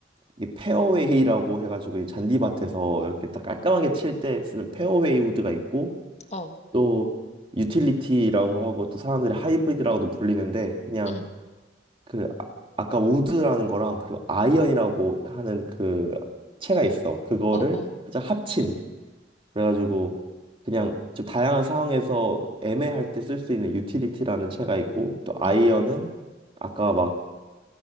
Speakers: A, on the right; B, on the left.
A: 이 페어웨이라고 해가지고 이 잔디밭에서 이렇게 딱 깔끔하게 칠 때 쓰는 페어웨이 우드가 있고
B: 어.
A: 또 유틸리티라고 하고 또 사람들이 하이브리드라고도 불리는데 그냥
B: 음.
A: 그 아, 아까 우드라는 거랑 그리고 아이언이라고 하는 그 채가 있어. 그거를
B: 어. 어.
A: 살짝 합친 그래가지고 그냥 좀 다양한 상황에서 애매할 때 쓸 수 있는 유틸리티라는 채가 있고 또 아이언은
B: 음.
A: 아까 막